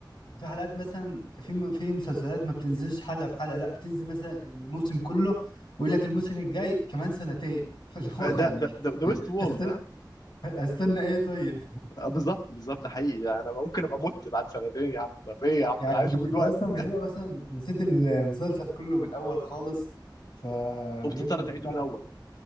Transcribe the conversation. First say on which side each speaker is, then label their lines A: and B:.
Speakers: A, on the left; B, on the left.
A: وفي حلقات مثلا في في مسلسلات ما بتنزلش حلقة بحلقة لا بتنزل مثلا الموسم كله ويقول لك الموسم الجاي كمان سنتين <laughs> فاللي هو
B: ده
A: يعني
B: ده ده, ده ويست وول
A: استنى
B: ده
A: استنى ايه طيب
B: آه، بالظبط بالظبط ده حقيقي يعني انا ممكن ابقى مت بعد سنتين يا عم طب ايه يا عم
A: يعني
B: انا عايشه دلوقتي
A: انت اصلا بتبقى مثلا نسيت المسلسل كله من الاول خالص فبجد
B: وبتضطر
A: بتعيد
B: تعيده من الاول